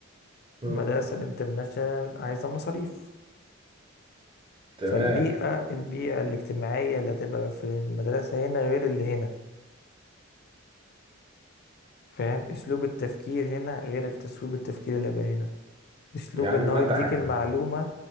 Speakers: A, on the right; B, on the left.
A: مم.
B: المدرسة الانترناشونال عايزة مصاريف
A: تمام
B: فالبيئة البيئة الاجتماعية اللي هتبقى في المدرسة هنا غير اللي هنا فاهم أسلوب التفكير هنا غير أسلوب التفكير اللي بقى هنا أسلوب
A: يعني
B: إن
A: الماده
B: هو يديك
A: حاكمه
B: المعلومة